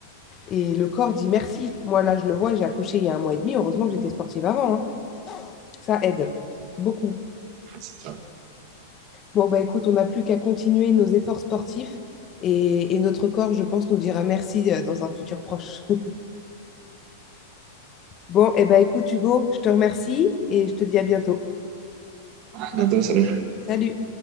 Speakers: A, on the left; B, on the right.
A: Et le corps dit merci. Moi, là, je le vois, j'ai accouché il y a un mois et demi. Heureusement que j'étais sportive avant. hein. Ça aide beaucoup.
B: C'est ça.
A: Bon, bah écoute, on n'a plus qu'à continuer nos efforts sportifs. Et, et notre corps, je pense, nous dira merci euh, dans un futur proche. <laughs> Bon, et ben écoute, Hugo, je te remercie et je te dis à bientôt.
B: Bientôt, salut.
A: Salut!